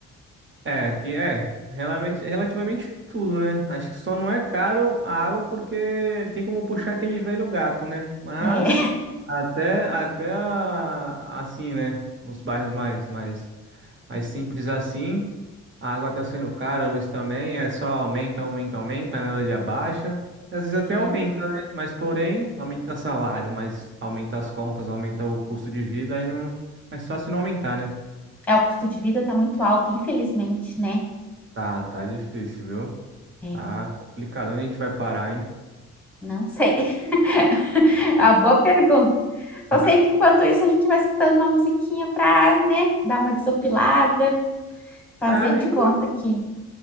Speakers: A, on the right (about 40°); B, in the centre.
A: É, que é relativamente, relativamente tudo, né? Acho que só não é caro a água porque tem como puxar aquele velho gato, né? Mas
B: É,
A: até, até a- assim, né? Nos bairros mais, mais, mais simples assim. A água tá sendo cara, a luz também, é só aumenta, aumenta, aumenta, nada de abaixa. Às vezes até
B: é.
A: aumenta, né? Mas porém, aumenta salário, mas aumenta as contas, aumenta o custo de vida, aí não. Mais fácil não aumentar, né?
B: É, o custo de vida tá muito alto, infelizmente, né?
A: Tá, tá difícil, viu?
B: É,
A: Tá complicado. Onde a gente vai parar, hein?
B: não sei. <laughs> A boa pergunta.
A: <laughs>
B: Só sei que enquanto isso a gente vai escutando uma musiquinha pra, né, dar uma desopilada, fazer
A: É
B: de
A: isso.
B: conta que